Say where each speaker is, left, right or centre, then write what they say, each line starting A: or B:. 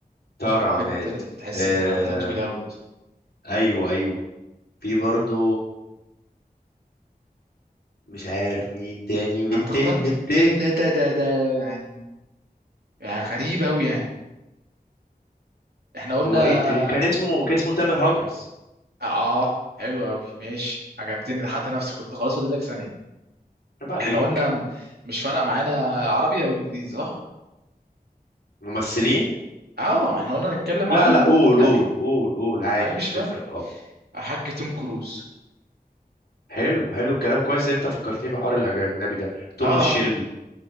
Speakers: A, on the left; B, on the right.
A: تار عماد
B: بت اللي تحس
A: آه...
B: اللي رقبتها طويله قوي دي
A: ايوه ايوه في برضو مش عارف مين تاني بالته
B: ما انت اخترت
A: بالته
B: ده ده ده ده ده يعني يعني غريب قوي يعني احنا قلنا
A: هو ايه إيه، كان اسمه كان اسمه تامر هجرس
B: اه حلو قوي ماشي عجبتني لحقت نفسك كنت خلاص فاضل لك ثانيه
A: عيب عليك
B: احنا قلنا م- مش فارقه معانا عربي او انجليزي صح
A: ممثلين
B: اه احنا قلنا نتكلم
A: لا
B: عربي واجنبي
A: لا قول قول قول قول عادي
B: اي مش
A: مش تفرق
B: فارق
A: اه
B: حاج توم كروز
A: حلو حلو الكلام كويس ان انت فكرتني بحوار الاجنبي ده توماس
B: اه
A: شيلبي
B: آه.